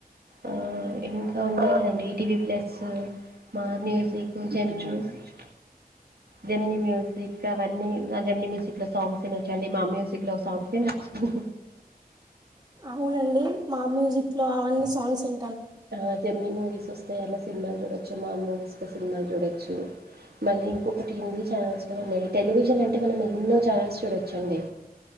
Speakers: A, on the right; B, on the right.
A: ఆ ఇంకా ఉన్నాయి కదండి ETV plus Maa music Gemini music Gemini music అవన్నీ జెమిని మ్యూజక్ లో సాంగ్స్ వినచ్చండి మా మ్యూజిక్ లో ఒక సాంగ్స్ ఏ నచ్చవు
B: అవునండి మా మ్యూజిక్ లో అవన్నీ సాంగ్స్ ఇ
A: తర్వాత జెమిని మూవీస్ వస్తయ్ అందల సినిమాలు చూడొచ్చు మా మూవీస్ లో సినిమాలు చూడొచ్చు మళ్ళీ ఇంకొకటి హిందీ ఛానల్స్ కూడ ఉన్నాయి టెలివిజన్ అంటే మనం ఎన్నో ఛానల్స్ చూడచ్చండి